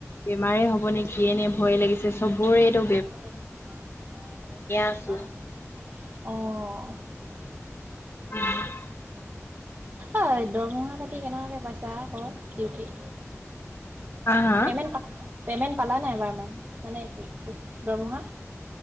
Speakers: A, on the left; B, on the right.
A: বেমাৰে হ'ব নেকিয়ে নে ভয়ে লাগিছে চবৰে এইটো
B: বেমাৰ বেমাৰ
A: আছো
B: আহ অ
A: উম <unintelligible>
B: আ দৰমহা পাতি কেনেকুৱাকে পাইছা ক ডিউটি
A: হা হা
B: পেমেণ্ট পা পেমেণ্ট পালা নাই এবাৰমান মানে দৰমহা